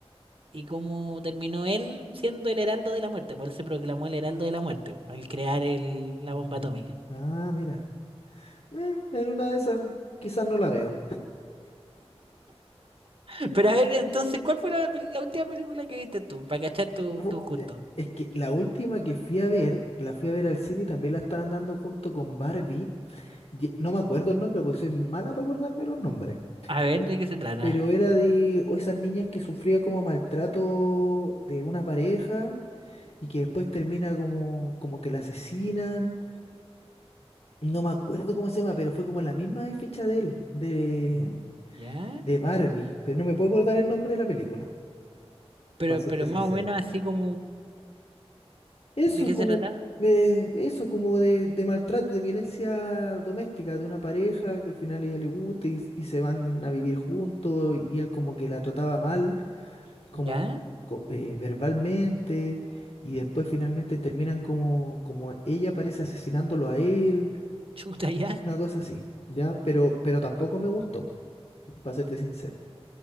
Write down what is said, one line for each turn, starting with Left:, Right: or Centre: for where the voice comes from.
Right: y cómo terminó él siendo el heraldo de la muerte. Pues él se proclamó el heraldo de la muerte, po, al crear el, la bomba
Left: ya.
Right: atómica.
Left: Ah, mira. Mm, en una de esas, quizás no la veo.
Right: <laughs> Pero a ver, entonces, ¿cuál fue la, pel- la última película que viste tú? Para cachar tu,
Left: Fu-
Right: tu gusto.
Left: eh, Es que la última que fui a ver, la fui a ver al cine y también la estaban dando junto con Barbie. Y- eh, no me acuerdo el nombre porque soy mala para acordarme los nombres.
Right: A ver,
Left: Pero,
Right: ¿de qué se trata?
Left: pero era de o esas niñas que sufría como maltrato de una pareja y que después termina como, como que la asesinan. No me acuerdo cómo se llama, pero fue como la misma fecha de él, de,
Right: Mm, ¿Ya?
Left: de Barbie. Pero no me puedo acordar el nombre de la película,
Right: Pero,
Left: para serte
Right: pero
Left: sincera.
Right: más o menos así como,
Left: Eso
Right: ¿de qué
Left: como,
Right: se trata?
Left: eh, eso como de, de maltrato, de violencia doméstica, de una pareja que al final a ella le gusta y, y se van a vivir juntos y él como que la trataba mal, como
Right: ¿Ya? <laughs>
Left: co- eh, verbalmente, y después finalmente terminan como, como ella parece asesinándolo a él,
Right: Chuta, ya.
Left: una cosa así, ¿ya? Pero, pero tampoco me gustó. para serte sincero.